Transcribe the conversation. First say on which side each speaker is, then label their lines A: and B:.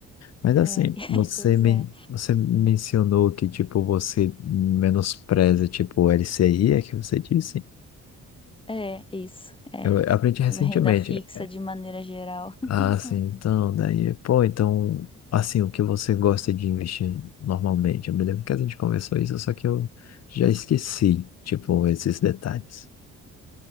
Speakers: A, on the left; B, on the left.
A: Mas assim,
B: É, <laughs>
A: você,
B: é, pois
A: men
B: é.
A: você mencionou que, tipo, você menospreza, tipo, o LCI, é que você disse?
B: É, isso. É,
A: Eu aprendi recentemente.
B: Renda fixa de maneira geral. <laughs>
A: Ah, sim, então, daí, pô, então, assim, o que você gosta de investir normalmente? Eu me lembro que a gente conversou isso, só que eu já esqueci, tipo, esses detalhes.